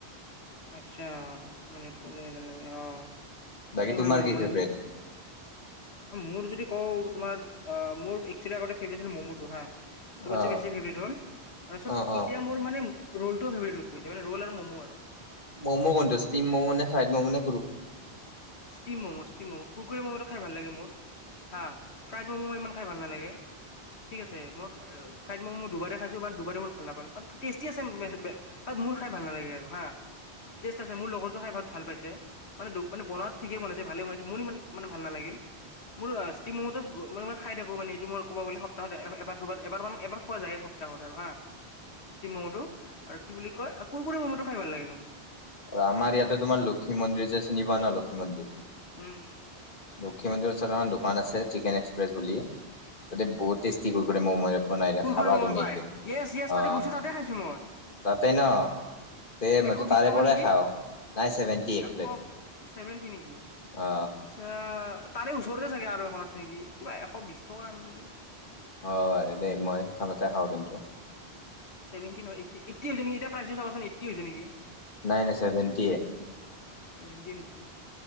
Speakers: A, on the left; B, on the left.
A: আচ্ছা, মানে কল্ডড্ৰিংক এটা লাগে অ,
B: বাকী
A: সেইটো
B: তোমাৰ
A: হয় বাৰু
B: কি
A: মানে,
B: ফেভৰেট?
A: মোৰ যদি আকৌ তোমাৰ আহ মোৰ একচুৱেলি আগতে ফেভৰেট আছিল ম'ম'টো হাঁ। চবতছে
B: অ',
A: বেছি ফেভৰেট হ'ল, তাৰপাছত
B: অ', অ'।
A: এতিয়া মোৰ মানে ৰ'লটোও ফেভৰেট হৈ গৈছে মানে ৰ'ল আৰু ম'ম' আৰু।
B: ম'ম' কোনটো ষ্টিম ম'ম' নে ফ্ৰাইড ম'ম' নে
A: ষ্টিম ম'ম' ষ্টিম ম'ম', কুৰকুৰি ম'ম'টো খাই ভাল লাগে মোৰ। হা ফ্ৰাইড ম'ম' ইমান খাই ভাল নালাগে, ঠিক আছে মক ফ্ৰাইড ম'ম' দুবাৰে খাইছোঁ বাট দুবাৰে মোৰ ভাল নাপালো বাট টেষ্টি আছে <unintelligible> বাট মোৰ খাই ভাল নালাগে আৰু হা। টেষ্ট আছে মোৰ লগৰো খাই বহুত ভাল পাইছে। মানে মানে বনাত ঠিকে বনাইছে ভালে বনাইছে। মোৰ ইমান মানে ভাল নালাগিল। মোৰ ষ্টিমটো মানে- খাই থাকো মানে এইটো মোৰ ক'ব গ'লে সপ্তাহত এবাৰ দুবাৰ এবাৰ মান এবাৰ- খোৱা যায় এই সপ্তাহত আৰু হা ষ্টিম ম'ম'টো। আৰু কি বুলি কয় কুৰকুৰি ম'ম'টো খাই ভাল লাগে কিন্তু।
B: আমাৰ ইয়াতে তোমাৰ লক্ষ্মী মন্দিৰ যে চিনি পোৱা ন লক্ষী মন্দিৰ।
A: উম,
B: লক্ষি মন্দিৰ ওচৰত এখন দোকান আছে চিকেন এক্সপ্ৰেছ বুলি, তাতে বহুত টেষ্টি কুৰকুৰি ম'ম' বনাই দে
A: কুৰকুৰে
B: খাবা
A: ম'ম'
B: তুমি
A: পাই
B: একদিন,
A: য়েছ য়েছ
B: অ,
A: তাতে গৈছোঁ তাতে খাইছোঁ মই
B: তাতে ন' তে মইটো
A: এশ বিশ
B: তাৰে
A: টকা
B: পৰাই
A: নেকি
B: খাওঁ। নাই চেভেন্টি এক
A: এশ
B: প্লেট
A: ছেভেন্টি নেকি,
B: অ
A: আচ্ছা তাৰে ওচৰতে চাগে আৰু এখন আছে নেকি, কিবা এশ বিশ টকা নেকি?
B: অ', আৰু দে মই সেইখনতে খাওঁ কিন্তু
A: ছেভেন্টি নহয় এইট্টি এইট্টি হৈছে নেকি এতিয়া প্ৰাইজটো চাবাচোন এইট্টি হৈছে নেকি?
B: নাই নাই ছেভেনটি এ।
A: ছেভেনটি নেকি,